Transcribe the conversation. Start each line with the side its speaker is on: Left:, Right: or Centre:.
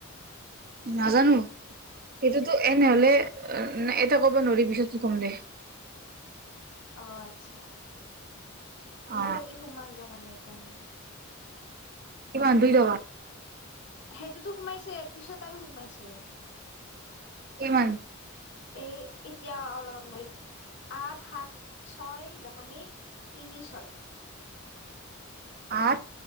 Right: নাজানো।
Left: নে কি
Right: সেইটোতো এনেহলে এটা ক'ব নোৱাৰি পিছততো কম দে।
Left: অহ ', আচ্ছা।
Right: অ
Left: মোৰ আজি সোমাল টো মানে সেই কাৰণে।
Right: কি বান্ধি ল
Left: সেইটোতো সোমাইছে পিছত আৰু সোমাইছে।
Right: কিমান?
Left: এই, এতিয়া অলপ <unintelligible> আঠ সাত ছয় দশমিক তিনি ছয়।
Right: আঠ